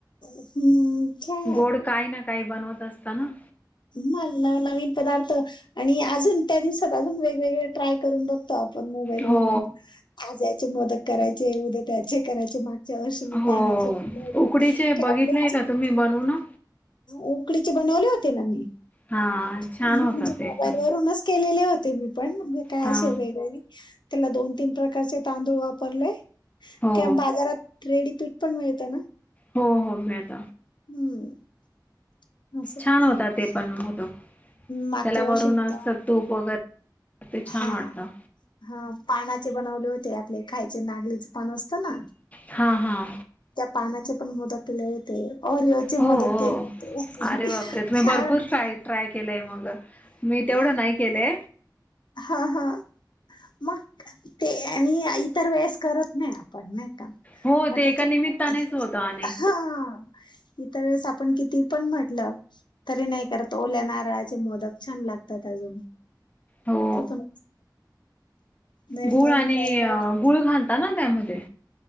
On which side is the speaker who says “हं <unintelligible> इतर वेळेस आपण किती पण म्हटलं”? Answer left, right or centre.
Left